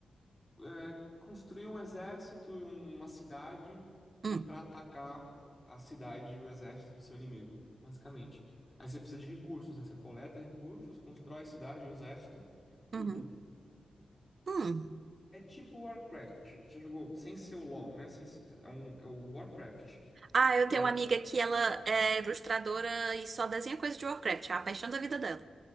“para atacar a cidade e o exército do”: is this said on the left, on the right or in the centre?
Left